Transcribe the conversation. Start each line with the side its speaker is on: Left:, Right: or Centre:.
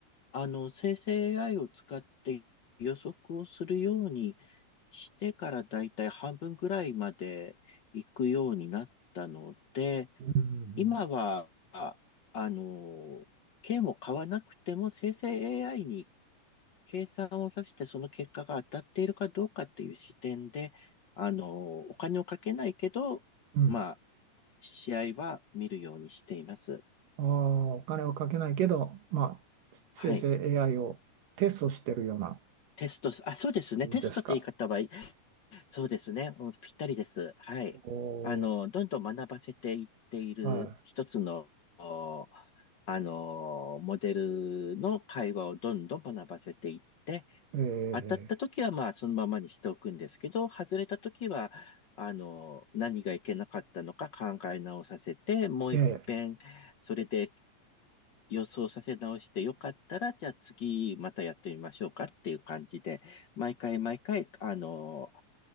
Left: あの、生成 AI を使って予測をするようにしてからだいたい半分ぐらいまで行くようになったので、
Right: うん。
Left: 今は、ああの、券を買わなくても生成 AI に計算をさせてその結果が当たっているかどうかっていう視点で、あの、お金をかけないけど、
Right: うん。うん
Left: まあ、試合は見るようにしています。
Right: ああ、お金をかけないけど、まあ、生成
Left: はい。
Right: AI をテストしてるような
Left: テスト、あ、そうですね。
Right: 感じですか。
Left: テストって言い方はそうですね。うん、ぴったりです。はい。
Right: おお
Left: あの、どんどん学ばせていっている一つの、
Right: ー、は
Left: おあの、モデルの会話をどんどん学ばせていって、
Right: い。
Left: 当たった時はまあそのままにしておくんですけど、
Right: え
Left: 外れた時は、あの、何がいけなかったのか考え直させて、もう一遍、
Right: えええ
Left: それで予想させ直してよかったら、じゃあ次またやってみましょうかっていう感じで、毎回毎回、あの、